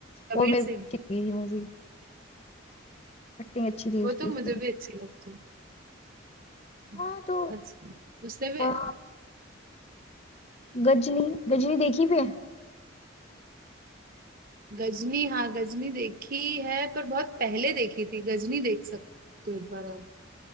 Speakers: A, on the right (about 45°); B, on the left (about 30°).
A: कबीर
B: वो मेरे
A: सिंह
B: को अच्छी लगी थी मूवी एक्टिंग अच्छी थी
A: वो
B: उसकी
A: तो
B: उसमें
A: मुझे भी अच्छी लगती
B: हाँ
A: है
B: तो
A: अच्छा उसने भी
B: अ, गजनी गजनी देखी फिर
A: गजनी हाँ गजनी देखी है पर बहुत पहले देखी थी गजनी देख सकते हो एक बार आप